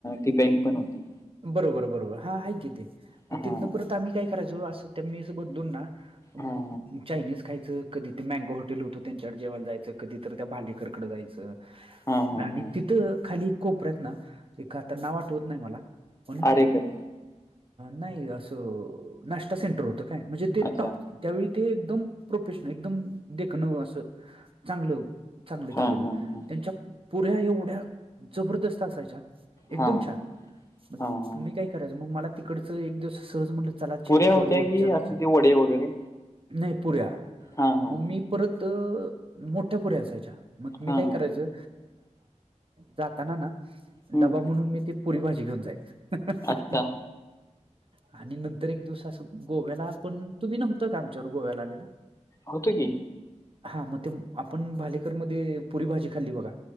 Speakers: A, on the left; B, on the right.
A: ती बँक पण होती.
B: बरोबर बरोबर हा आहे की ते
A: हां
B: मग
A: हां
B: तिथनं परत आम्ही काय करायचो असं त्या मेस बदलून ना. मग
A: हां
B: चायनीज खायचं कधी ते मॅगो होत त्यांच्याकडे जेवायला जायचं कधी तर त्या भालेकरकडे जायचं
A: हां हां
B: आणि
A: हां
B: तिथं खाली. कोपऱ्यात ना एख पण आता नाव आठवत नाही मला पण
A: आरेकर
B: नाही अस. नाश्ता सेंटर होत काय म्हणजे ते
A: अच्छा
B: टॉप त्यावेळी ते एकदम प्रोफेशनल एकदम देख न असं चांगलं. चांगलं
A: हां
B: केलेलं
A: हां हां
B: त्यांच्या पुऱ्या एवढ्या जबरदस्त असायच्या एकदम
A: हां
B: छान. मग
A: हां हां
B: मी काय करायचं मग मला तिकडचं एक दिवस सहज म्हटलं. चला चेंज
A: पुऱ्या
B: करूच्यापेक्षा
A: होत्या की असे ते वडे वगैरे
B: नाही पुऱ्या
A: हां हां
B: मग मी परत मोठ्या पुऱ्या असायच्या. मग मी
A: हा
B: काय करायचं जाताना ना
A: हम्म.
B: डबा म्हणून मी ते पुरी भाजी घेऊन जाईच.
A: अच्छा
B: आणि नंतर एक दिवस असं गोव्याला पण तुम्ही नव्हता का आमच्यावर गोव्याला आलेला.
A: होतो की
B: हा मग ते आपण भालेकर मध्ये पुरी भाजी खाल्ली बघा